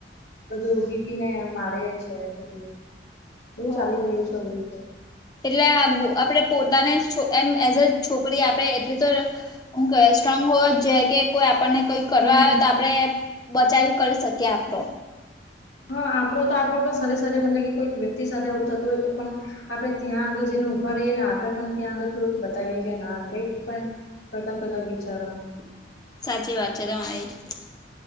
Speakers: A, on the left; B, on the left.
A: બધું વીટીને મારે છે બધું બો
B: હા
A: ચાલી રહ્યું છે બધું.
B: એટલે આ આપણે પોતાને એમ એઝ અ છોકરી આપે એટલી તો હું કેવાય સ્ટ્રોંગ હોવા જ જોઈએ કે કોઈ આપણને કઈ કરવા
A: હમ હમ.
B: આવે તો આપણે બચાવ કરી શકીએ આપડો.
A: હા આપડો તો આપડો પણ સરીર સાથે મતલબ કે કોઈક વ્યક્તિ સાથે આવું થતું હોય તો પણ આપડે ત્યાં આગળ જય ને ઊભા રહીએ ને આપણેે પણ ત્યાં આગળ થોડુંક બતાવીએ કે ના કઈ પણ કરતા પેલા વિચારે એમ.
B: સાચી વાત છે. <unintelligible>